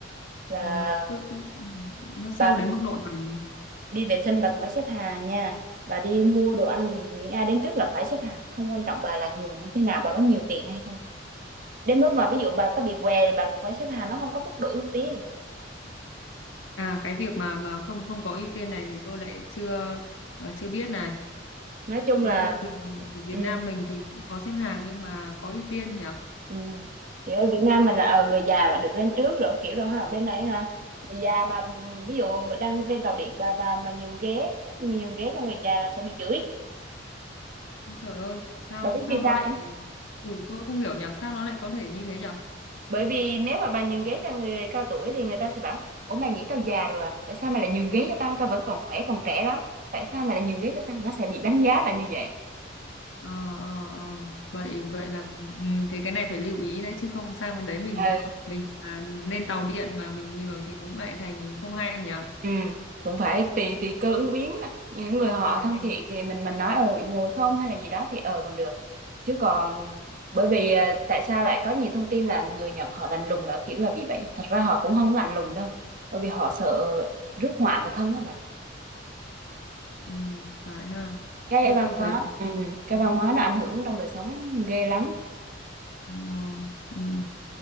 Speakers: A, on the right; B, on the left.
A: là
B: Nó tức nó sâu
A: bà
B: đến mức độ này.
A: đi vệ sinh bà cũng phải xếp hàng nha bà đi mua đồ ăn gì miễn ai đến trước là phải xếp hàng không quan trọng bà là người như thế nào bà có nhiều tiền hay không đến mức mà ví dụ bà có bị què thì bà cũng phải xếp hàng nó không có mức độ ưu tiên
B: À cái việc mà mà không không có ưu tiên này thì tôi lại chưa ờ, chưa biết này.
A: nói chung
B: Thế
A: là
B: bình thường ở Việt
A: ừ,
B: Nam mình thì cũng có xếp hàng nhưng mà có ưu tiên nhỉ?
A: Ừ. Kiểu ở Việt Nam mình là ờ, người già là được lên trước rồi kiểu đó ha bên này ha người già mà ừm, ví dụ đang trên tàu điện bà bà mà nhường ghế nhường ghế cho người già là sẽ bị chửi
B: Ôi Trời ơi, sao
A: bà biết
B: sao
A: vì
B: nó
A: sao
B: lại
A: không?
B: ừ tôi không hiểu nhỉ, sao nó lại có thể như thế nhỉ?
A: bởi vì nếu mà bà nhường ghế cho người cao tuổi thì người ta sẽ bảo ủa mày nghĩ tao già rồi à tại sao mày lại nhường ghế cho tao tao vẫn còn khỏe còn trẻ lắm tại sao mày lại nhường ghế cho tao nó sẽ bị đánh giá là như vậy
B: Ờ ờ ờ vậy vậy là ừ, thế cái này phải lưu ý đấy chứ không sang bên đấy mình
A: ừ.
B: mình à, lên tàu điện mà mình nhường thì cũng lại thành không hay nhỉ.
A: Ừ, cũng phải tùy tùy cơ ứng biến á. Những người họ
B: Cái
A: thân
B: này
A: thiện thì mình mình nói ờ ngồi không hay là gì đó thì ờ còn được. Chứ còn bởi vì ờ, tại sao lại có nhiều thông tin là người Nhật họ lạnh lùng là kiểu là vì vậy. Thật ra họ cũng không lạnh lùng đâu. Bởi vì họ sợ rước họa vào thân á bà.
B: ừ, phải ha.
A: Cái
B: Ê
A: văn
B: tôi
A: hóa,
B: thấy là-
A: ừ, cái
B: ừ,
A: văn hóa nó ảnh hưởng trong đời sống ghê lắm.
B: ờ, ừ.